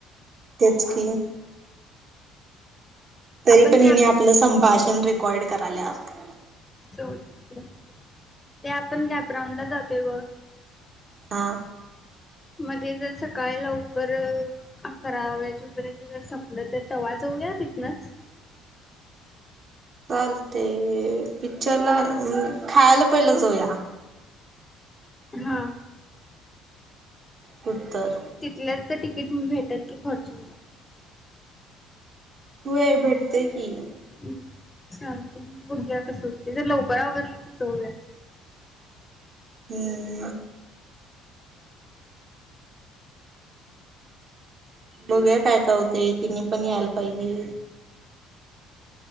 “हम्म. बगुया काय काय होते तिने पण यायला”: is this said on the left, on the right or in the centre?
Right